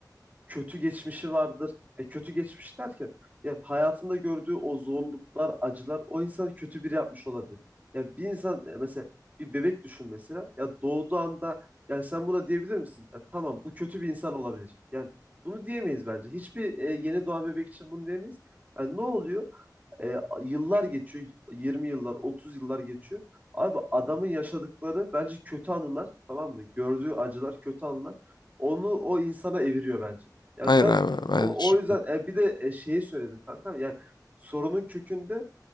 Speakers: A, on the right (about 20°); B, on the left (about 80°).
A: kötü geçmişi vardır. E, kötü geçmiş derken ya hayatında gördüğü o zorluklar, acılar o insanı kötü biri yapmış olabilir. Ya bir insan e, mesela bir bebek düşün mesela. Ya doğduğu anda yani sen buna diyebilir misin? Ya tamam bu kötü bir insan olabilecek. Yani bunu diyemeyiz bence. Hiçbir e, yeni doğan bebek için bunu diyemeyiz. Yani ne oluyor? E, yıllar geçiyor. 20 yıllar, 30 yıllar geçiyor. Abi adamın yaşadıkları bence kötü anılar, tamam mı? Gördüğü acılar, kötü anılar. Onu o insana eviriyor bence. Yani
B: Hayır
A: ben
B: abi ben
A: o,
B: düşünmüyorum.
A: o yüzden e, bir de e, şeyi söyledim kanka. Yani sorunun kökünde